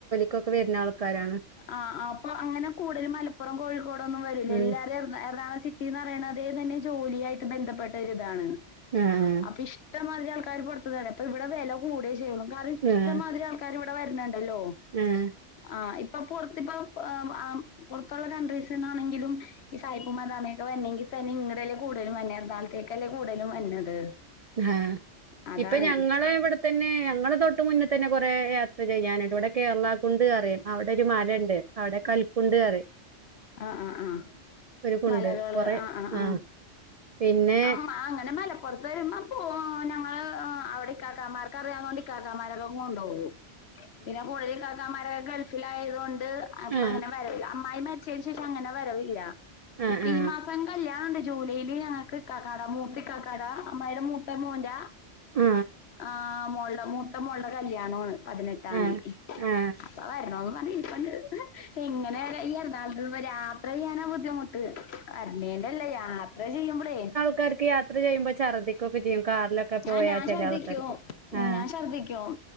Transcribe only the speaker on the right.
കൊക്കെ വരുന്ന ആൾക്കാരാണ്
ഉം
ആഹ്
ആഹ്
ആഹ്
ആഹ
ഇപ്പൊ ഞങ്ങള്‌ ഇവിടെ തന്നെ ഞങ്ങളെ തൊട്ട് മുന്നിൽ തന്നെ കൊറെ യാത്ര ചെയ്യാനുണ്ട് ഇവിടെ കേരള കുണ്ട് അറിമ് അവിടെ ഒരു മലണ്ട് അവിടെ കൽകുണ്ട് അറിമ്
കുണ്ട്
കൊറെ
ആ
പിന്നെ
ആ
ആ ആ
ആ
ആ ആ ആ
എടക്ക് യാത്ര ചെയ്യുമ്പോ ഛർദിക്കൊക്കെ ചെയ്യും കാറിലൊക്കെ പോയാ
ചെല
ആൾക്കാർക്ക് ആ